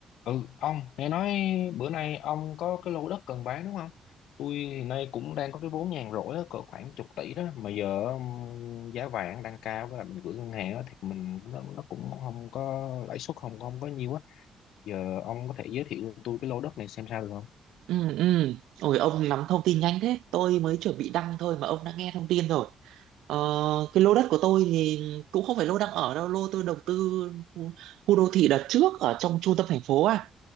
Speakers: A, on the left (about 80°); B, on the right (about 85°).
A: Ừ, ông, nghe nói bữa nay ông có cái lô đất cần bán đúng không? Tôi hiện nay cũng đang có cái vốn nhàn rỗi á, cỡ khoảng chục tỷ đó, mà giờ um, giá vàng đang cao với lại mình gửi ngân hàng á, thì mình nó, nó cũng không có lãi suất không không có nhiều á. Giờ ông có thể giới thiệu cho tôi cái lô đất này xem sao được không?
B: Ừ, ừ. Ôi ông nắm thông tin nhanh thế Tôi mới chuẩn bị đăng thôi mà ông đã nghe thông tin rồi ờ, Cái lô đất của tôi thì cũng không phải lô đang ở đâu Lô tôi đầu tư khu, khu đô thị đợt trước ở trong trung tâm thành phố à